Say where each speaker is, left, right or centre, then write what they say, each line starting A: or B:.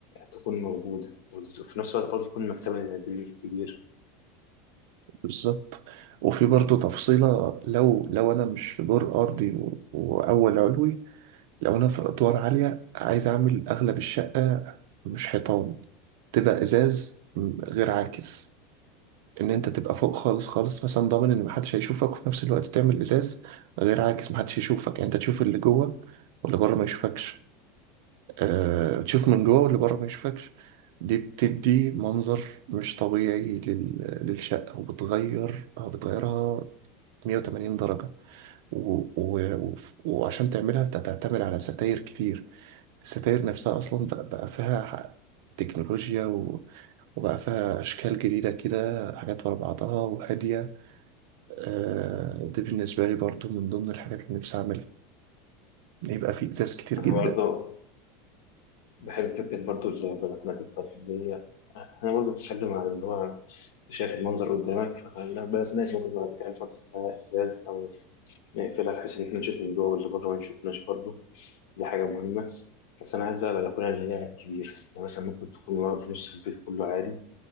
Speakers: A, on the left; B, on the right.
A: تكون موجودة وفي نفس الوقت برضو تكون مكتبة دي كبير
B: بالظبط وفي برضو تفصيلة لو لو أنا مش في دور أرضي و- وأول علوي لو أنا في أدوار عالية عايز أعمل أغلب الشقة مش حيطان تبقى إزاز غير عاكس ان انت تبقى فوق خالص خالص مثلا ضامن ان محدش هيشوفك وفي نفس الوقت تعمل ازاز غير عاكس محدش يشوفك يعني انت تشوف اللي جوه واللي بره ما يشوفكش أه تشوف من جوه واللي بره ما يشوفكش دي بتدي منظر مش طبيعي لل... للشقة وبتغير آه، بتغيرها 180 درجة و... و... و... وعشان تعملها انت هتعتمد على ستاير كتير الستاير نفسها اصلا بقى, بقى فيها ح- تكنولوجيا و... وبقى فيها اشكال جديدة كده حاجات ورا بعضها وهادية آه، دي بالنسبة لي برضو من ضمن الحاجات اللي نفسي أعملها يبقى في إزاز كتير
A: أنا
B: جدا
A: برضو بحب فكرة برضو البلكونات التقليدية أنا برضو بتكلم عن اللي هو شايف المنظر قدامك فخلي بالك الناس ممكن بعد كده نحط فيها إزاز أو نقفلها بحيث إن إحنا نشوف من جوه واللي بره ما يشوفناش برضه دي حاجة مهمة بس أنا عايز بقى بلكونة اللي هي كبيرة يعني مثلا ممكن تكون ورا في نص البيت كله عادي